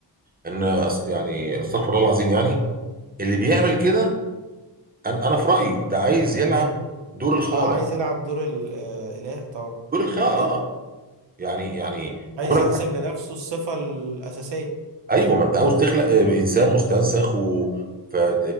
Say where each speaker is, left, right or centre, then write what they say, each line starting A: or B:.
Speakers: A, on the right; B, on the right.
A: ان أص- يعني استغفر الله العظيم يعني اللي بيعمل كده انا انا في رايي ده عايز يلعب
B: مات.
A: دور الخالق
B: اه عايز يلعب دور الإله طبعا
A: دور الخالق
B: عايز
A: اه يعني يعني
B: عايز
A: كونك
B: ينسب لنفسه الصفة الأساسية
A: ايوه ما انت عاوز تخلق آه، انسان مستنسخ و ف آه،